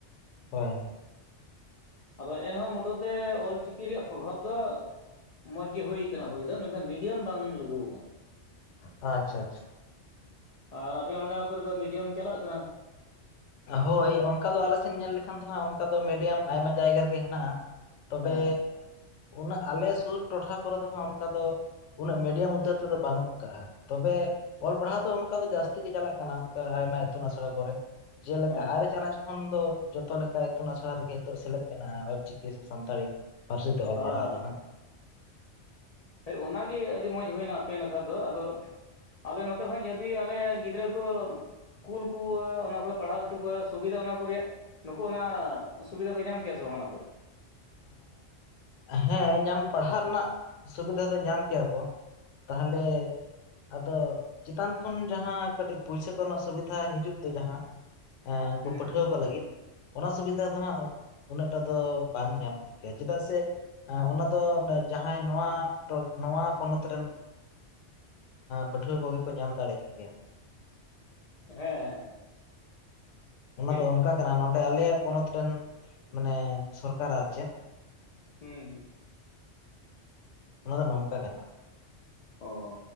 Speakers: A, on the left; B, on the left.
A: ᱦᱳᱭ ᱦᱳᱭ,
B: ᱟᱫᱚ ᱮᱱᱦᱚᱸ ᱢᱩᱴ ᱛᱮ ᱚᱞᱪᱤᱠᱤ ᱨᱮᱭᱟᱜ ᱯᱨᱚᱵᱷᱟᱵᱽ ᱫᱚᱼᱼ ᱢᱚᱸᱪ ᱜᱮ ᱦᱩᱭ ᱟᱠᱟᱱᱟ, ᱦᱩᱭ ᱫᱚ ᱢᱮᱱᱠᱷᱟᱱ ᱢᱤᱰᱤᱭᱟᱢ ᱵᱟᱝ ᱞᱟᱹᱜᱩ ᱟᱠᱟᱱᱟ᱾
A: ᱟᱪᱪᱷᱟ, ᱟᱪᱪᱷᱟ
B: ᱟᱨ ᱟᱯᱮᱭᱟᱜ ᱚᱸᱰᱮ ᱠᱚᱨᱮ ᱫᱚ ᱢᱤᱰᱤᱭᱟᱢ ᱪᱟᱞᱟᱜ ᱠᱟᱱᱟ?
A: ᱦᱳᱭ ᱚᱱᱠᱟ ᱫᱚ ᱟᱞᱮᱥᱮᱱ ᱧᱮᱞ ᱞᱮᱠᱷᱟᱱ ᱫᱚ ᱦᱟᱜ, ᱚᱱᱠᱟ ᱫᱚ ᱢᱤᱰᱤᱭᱟᱢ ᱟᱭᱢᱟ ᱡᱟᱭᱜᱟ ᱨᱮᱜᱮ ᱦᱮᱱᱟᱜᱼᱟ᱾ ᱛᱚᱵᱮ
B: ᱦᱮᱸ
A: ᱩᱱᱟᱹᱜ ᱟᱞᱮ ᱥᱩᱨ ᱴᱚᱴᱷᱟ ᱠᱚᱨᱮ ᱫᱚ ᱦᱟᱜ ᱚᱱᱠᱟ ᱫᱚᱼᱼ ᱩᱱᱟᱹᱜ ᱢᱤᱰᱟᱢ ᱩᱫᱽᱫᱟᱹᱨ ᱛᱮᱫᱚ ᱵᱟᱹᱱᱩᱜᱼᱟ᱾ ᱛᱚᱵᱮ ᱚᱞ ᱯᱟᱲᱦᱟᱣ ᱫᱚ ᱚᱱᱠᱟ ᱫᱚ ᱡᱟᱹᱥᱛᱤ ᱜᱮ ᱪᱟᱞᱟᱜ ᱠᱟᱱᱟ ᱚᱱᱠᱟ ᱟᱭᱢᱟ ᱤᱛᱩᱱ ᱟᱥᱲᱟ ᱠᱚᱨᱮᱼᱼ ᱡᱮ ᱞᱮᱠᱟ
B: ᱦᱮᱸ
A: ᱟᱨᱮ ᱪᱟᱱᱟᱪᱼᱼ ᱠᱷᱚᱱ ᱫᱚ ᱡᱚᱛᱚ ᱞᱮᱠᱟ ᱤᱛᱩᱱ ᱟᱥᱲᱟ ᱨᱮᱜᱮ ᱥᱮᱞᱮᱫ ᱢᱮᱱᱟᱜᱼᱟ, ᱚᱞᱪᱤᱠᱤ ᱥᱮ ᱥᱟᱱᱛᱟᱲᱤᱼᱼ ᱯᱟᱹᱨᱥᱤ ᱛᱮ ᱚᱞ
B: ᱦᱮᱸ
A: ᱯᱟᱲᱦᱟᱣ ᱫᱚ ᱦᱟᱸᱜᱼᱼ
B: ᱚᱱᱟᱜᱮ ᱟᱹᱰᱤ ᱢᱚᱸᱡᱽ ᱦᱩᱭᱱᱟ ᱟᱯᱮ ᱱᱟᱠᱷᱟ ᱫᱚ ᱟᱫᱚᱼᱼ ᱟᱞᱮ ᱱᱚᱛᱮ ᱠᱚᱸ ᱡᱚᱫᱤ ᱟᱞᱮ ᱜᱤᱫᱽᱨᱟᱹ ᱠᱚ ᱠᱩᱞ ᱠᱚᱣᱟ ᱚᱱᱟ ᱠᱚᱨᱮ ᱯᱟᱲᱦᱟᱣ ᱚᱪᱚ ᱠᱚᱣᱟ ᱥᱩᱵᱤᱫᱷᱟ ᱚᱱᱟ ᱠᱚ ᱨᱮᱭᱟᱜ ᱱᱩᱠᱩ ᱚᱱᱟ ᱥᱩᱵᱤᱫᱷᱟ ᱠᱚ ᱧᱟᱢ ᱠᱮᱭᱟ ᱥᱮ ᱵᱟᱝ ᱚᱱᱟ ᱠᱚᱨᱮ?
A: ᱟᱨ ᱦᱮᱸ ᱧᱟᱢ ᱯᱟᱲᱦᱟᱜ ᱨᱮᱱᱟᱜ ᱥᱩᱵᱤᱫᱷᱟ ᱫᱚ ᱧᱟᱢ ᱠᱮᱭᱟ ᱠᱚ᱾ ᱛᱟᱦᱚᱞᱮᱼᱼ ᱟᱫᱚ ᱪᱮᱛᱟᱱ ᱠᱷᱚᱱ ᱡᱟᱦᱟᱸ ᱠᱟᱹᱴᱤᱡ ᱯᱩᱭᱥᱟᱹ ᱠᱚᱨᱮᱱᱟᱜ ᱥᱩᱵᱤᱫᱷᱟ ᱦᱤᱡᱩᱜ ᱫᱚ ᱡᱟᱦᱟᱸ ᱮᱠᱩ
B: ᱦᱮᱸ
A: ᱯᱟᱹᱴᱷᱩᱣᱟᱹ ᱠᱚ ᱞᱟᱹᱜᱤᱫ, ᱚᱱᱟ ᱥᱩᱵᱤᱫᱷᱟ ᱫᱚ ᱦᱟᱸᱜ ᱩᱱᱟᱹᱜᱚᱴᱟ ᱫᱚᱼᱼ ᱵᱟᱝ ᱧᱟᱢ ᱠᱚᱜᱮᱭᱟ ᱪᱮᱫᱟᱜ ᱥᱮᱼᱼ ᱚᱱᱟ ᱫᱚ ᱡᱟᱦᱟᱸᱭ ᱱᱚᱣᱟ ᱱᱚᱣᱟ ᱯᱚᱱᱚᱛ ᱨᱮᱱᱼᱼ ᱯᱟᱹᱴᱷᱩᱟᱹ ᱠᱚᱜᱮ ᱠᱚ ᱧᱟᱢ ᱫᱟᱲᱮᱭᱟᱜ ᱠᱮᱭᱟ᱾
B: ᱦᱮᱸ ᱦᱮᱸ ᱦᱮᱸ
A: ᱚᱱᱟ
B: ᱴᱷᱤᱠ
A: ᱫᱚ ᱚᱱᱠᱟ ᱠᱟᱱᱟ ᱱᱚᱰᱮ ᱟᱞᱮᱭᱟᱜ ᱯᱚᱱᱚᱛ ᱨᱮᱱ ᱢᱟᱱᱮ ᱥᱚᱨᱠᱟᱨ ᱟᱨ ᱪᱮᱫ?
B: ᱦᱮᱸ ᱦᱩᱸ
A: ᱚᱱᱟ ᱫᱚ ᱱᱚᱝᱠᱟ ᱠᱟᱱᱟ᱾
B: ᱚᱻ